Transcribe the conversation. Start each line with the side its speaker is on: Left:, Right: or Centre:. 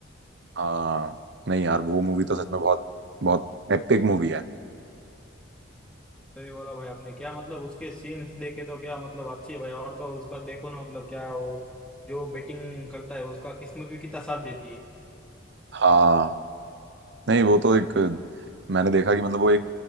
Right: हाँ नहीं यार वो मूवी तो सच में बहुत बहुत एपिक मूवी है
Centre: सही बोला भाई आपने क्या मतलब उसके सीन्स देखे तो क्या मतलब अच्छे है भाई और तो उसका देखो ना मतलब क्या वो जो बेटिंग करता है उसका किस्मत भी कितना साथ देती है
Right: हाँ नहीं वो तो एक मैंने देखा कि मतलब वो एक